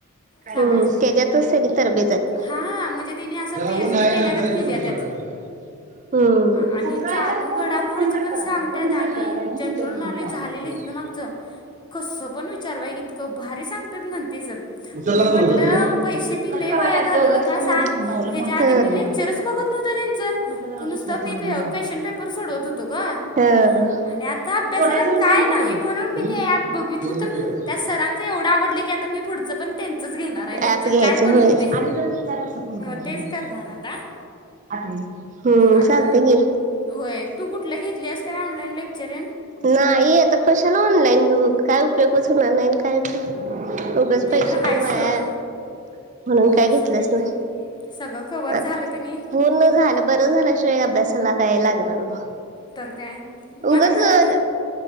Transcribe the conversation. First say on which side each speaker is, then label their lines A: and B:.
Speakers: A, on the right (about 35°); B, on the left (about 20°).
A: हम्म
B: सांगायचं म्हणजे
A: त्याच्यातच त्यांनी तरबे जात
B: हा म्हणजे तिने असं
A: ज्याला
B: पी एच
A: ऊन आहे
B: डी केल्या
A: नंतर
B: गत
A: येते
B: केल्या
A: म्हणतो
B: त्यात.
A: सगळं हम्म
B: आणि
A: सकाळच्याच
B: चालू
A: फोन
B: घडामोडीचं
A: करून फोन कट
B: पण
A: करायलाय
B: सांगत्यात,
A: फोनच
B: आणि
A: कट करायलाय मग
B: जनरल
A: तुमच्या फोनवर
B: नॉलेज झालेले इथंन
A: लावला
B: मा मागच कसं पण विचार बाई इतकं भारी सांगत्यात म्हणते सर.
A: उचललाच
B: मी म्हंटलं
A: नव्हता त्यानं
B: पैसे मी
A: कट
B: लैई
A: करायलाय
B: वाया घालूलं
A: दोघांच्या
B: का
A: फोनवरन
B: अस सांग
A: फोन लावला
B: ह्याच्या
A: मोनाच्या
B: आधी
A: फोनवरन
B: मी लेक्चरच
A: लावला
B: बघत नव्हते त्यांचं,
A: म्हणून म्हटलं जरा
B: नुसतं
A: दुसऱ्या फोनवरन
B: मी क्वेशन
A: लावा
B: पेपर सोडत होत तो गं,
A: हा
B: आणि आता अभ्यासाला
A: जोडायचं म्हणून
B: काय
A: सांगितलं
B: नाही
A: केबल
B: म्हणून मी
A: हम्म
B: ते एप बघितल
A: बोललो
B: तर
A: की
B: त्या सरान चं, एवढं आवडलं की आता मी पुढचं पण त्यांचंच घेणार आहे,
A: ऍप घ्यायचं
B: काय पण
A: होय.
B: होऊ दे.
A: आणि जर विचार असं फोन करा
B: म
A: मॅडमला
B: तेच करणार आता,
A: आठवणीनं. हम्म
B: आता
A: चालतंय
B: त
A: की.
B: होय तू कुठलं घेतलीस काय? ऑनलाईन लेक्चरेन
A: नाही आता कशाला ऑनलाईन घेऊ, काय उपयोगच उपयोग नाही अन् काय नही उगच
B: ते
A: पैशे
B: तर
A: पण
B: हाय
A: वाया
B: सोड
A: म्हणून
B: आता
A: काय घेतलंच
B: सग
A: नाही,
B: सगळं कवर
A: आ
B: झालं का नाही
A: पूर्ण
B: मग
A: झालं बर झाल्याशिवाय अभ्यासला काय लागणार नाही.
B: तर काय? मग
A: उगचं
B: आता घरात
A: लं,